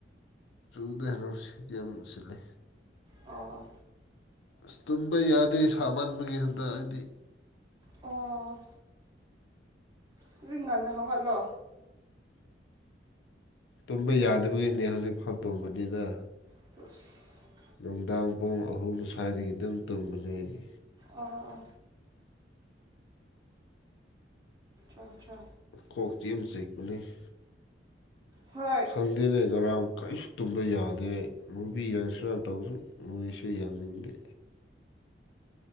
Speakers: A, on the left; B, on the right.
A: ꯆꯨꯗꯦ ꯅꯨꯡꯁꯤꯠꯇꯤ ꯌꯥꯝ ꯁꯤꯠꯂꯦ
B: ꯑ‌ꯣ
A: ꯑꯁ ꯇꯨꯝꯕ ꯌꯥꯗꯦ ꯁꯥꯃꯟꯕꯒꯤ ꯍꯟꯇꯛ
B: ꯑꯣ ꯑꯗꯨꯨꯗꯤ ꯉꯟꯅ ꯍꯧꯒꯠꯂꯣ
A: ꯇꯨꯝꯕ ꯌꯥꯗꯕꯒꯤꯅꯦ ꯍꯧꯖꯤꯛꯐꯥꯎ ꯇꯨꯝꯕꯅꯤꯅ
B: ꯑꯁ
A: ꯅꯨꯡꯗꯥꯡ ꯄꯨꯡ ꯑꯍꯨꯝ ꯁ꯭ꯋꯥꯏꯗꯒꯤ ꯑꯗꯨꯝ ꯇꯨꯝꯕꯅꯦ ꯑꯩ
B: ꯑꯣꯑ‌ꯣꯑ‌ꯣ <unintelligible>
A: ꯀꯣꯛꯇꯤ ꯌꯥꯝ ꯆꯤꯛꯄꯅꯦ ꯫
B: ꯍꯣꯏ
A: ꯈꯪꯗꯦꯅꯦ ꯉꯔꯥꯡ ꯀꯔꯤꯁꯨ ꯇꯨꯝꯕ ꯌꯥꯗꯦ ꯃꯨꯚꯤ ꯌꯦꯡꯁꯤꯔꯥ ꯇꯧꯕꯁꯨ ꯃꯨꯏꯁꯨ ꯌ‌ꯦꯡꯅꯤꯡꯗꯦ